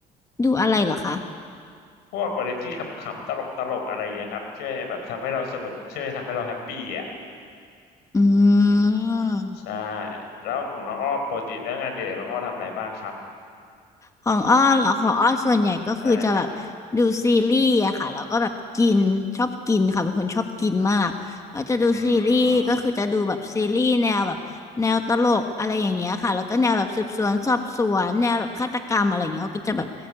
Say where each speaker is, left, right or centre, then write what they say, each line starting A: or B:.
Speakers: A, on the left (about 20°); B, on the left (about 90°).
A: ดูอะไรเหรอคะ
B: พวกวาไรตี้ขำๆตลกๆอะไรอย่างเงี้ยครับช่วยแบบทำให้เราสนุกช่วยทำให้เราแฮปปี้อ่ะ
A: อืม
B: ใช่แล้วของน้องอ้อปกติแล้วงานอดิเรกน้องอ้อทำอะไรบ้างครับ
A: ของอ้อเหรอของอ้อส่วนใหญ่ก็คือจะแบบ
B: ใช่ครับ
A: ดูซีรีส์อะค่ะแล้วก็แบบกินชอบกินค่ะเป็นคนชอบกินมากก็จะดูซีรีส์ก็คือจะดูแบบซีรีส์แนวแบบแนวตลกอะไรอย่างเงี้ยค่ะแล้วก็แนวแบบสืบสวนสอบสวนแนวแบบฆาตกรรมอะไรอย่างเงี้ยอ้อก็จะแบบ
B: อืม